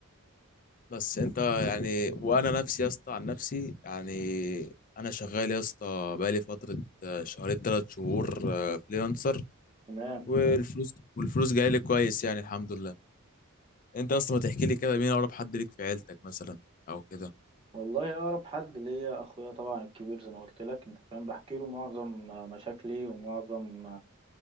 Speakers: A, on the left; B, on the right.
A: بس انت يعني وانا نفسي يا اسطى عن نفسي يعني انا شغال يا اسطى بقالي فتره آه، شهرين ثلاث شهور آه، فريلانسر
B: تمام.
A: والفلوس والفلوس جايه لي كويس يعني الحمد لله انت اصلا ما تحكي لي كده مين اقرب حد ليك في عيلتك مثلا او كده
B: والله اقرب حد ليا اخويا طبعا الكبير زي ما قلت لك انت فاهم بحكي له معظم مشاكلي ومعظم